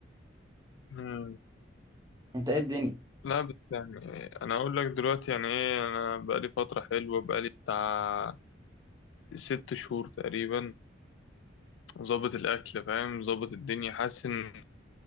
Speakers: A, on the left (about 75°); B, on the right (about 20°).
A: مم.
B: انت ايه الدنيا
A: لا بس يعني انا اقول لك دلوقتي يعني ايه انا بقالي فتره حلوه بقالي بتاع ست شهور تقريبا ظابط الاكل فاهم ظابط الدنيا حاسس ان